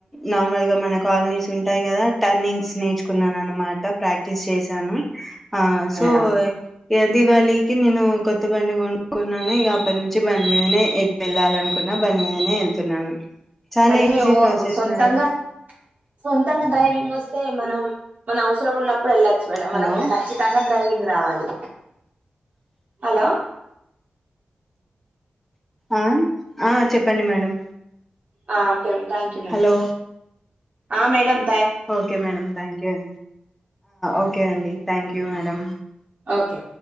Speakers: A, in the centre; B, on the right.
A: నార్మల్ గా మన కాలనీస్ ఉంటాయి కదా టర్నింగ్స్ నేర్చుకున్నాను అనమాట ప్రాక్టీస్ చేశాను ఆ సో
B: మేడం
A: ఇ దివాళికి నేను కొత్త బండి కొనుక్కున్నాను ఇక అప్పటి నుంచి బండి మీదనే వెళ్ళాలనుకున్నా బండి మీదనే వెళ్తున్నాను చాలా
B: కానీ
A: ఈజీ
B: ఓ
A: ప్రాసెస్
B: ఒ సొంతంగా
A: మేడం
B: సొంతంగా డ్రైవ్ ఇంగోస్తే మనం మన అవసరం ఉన్నప్పు ఇప్పుడు వెళచ్చు మేడం
A: హలో
B: మనకు ఖచ్చితంగా డ్రైవింగు రావాలి హలో
A: ఆ ఆ చెప్పండి మేడం
B: ఆ ఓకే థాంక్యూ మేడం
A: హలో
B: ఆ మేడమ్
A: ఓకే మేడమ్ థాంక్యూ అండి ఓకే అండి థాంక్యూ మేడం
B: ఓకే